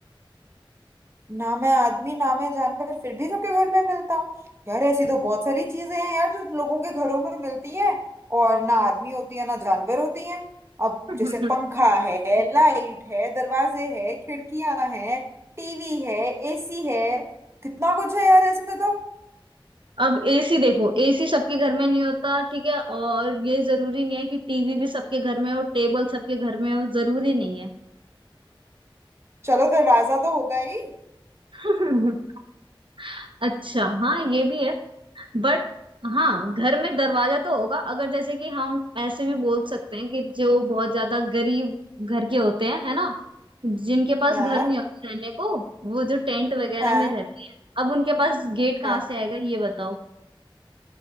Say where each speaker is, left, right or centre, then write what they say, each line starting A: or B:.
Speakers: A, on the right; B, on the right.
A: ना मैं आदमी ना मैं जानवर फिर भी सबके घर में मिलता हूँ यार ऐसी तो बहुत सारी चीजें हैं यार जो लोगों के घरों में मिलती है और ना आदमी होती है ना जानवर होती है अब
B: हम्म,
A: जैसे पंखा है लाइट है दरवाजे है खिड़कियां हैं टीवी है एसी है कितना कुछ है यार ऐसे तो
B: अब एसी देखो एसी सबके घर में नहीं होता ठीक है और ये जरूरी नहीं है कि टीवी भी सबके घर में हो टेबल सबके घर में हो जरूरी नहीं है
A: चलो दरवाजा तो होगा ही
B: <laughs> अच्छा हाँ ये भी है बट हाँ घर में दरवाजा तो होगा अगर जैसे कि हम ऐसे भी बोल सकते हैं कि जो बहुत ज्यादा गरीब घर के होते हैं है ना जिनके पास
A: हाँ
B: घर नहीं होता रहने को वो जो टेंट वगैरह
A: हाँ
B: में रहते हैं अब उनके पास गेट कहाँ
A: हाँ
B: से आएगा ये बताओ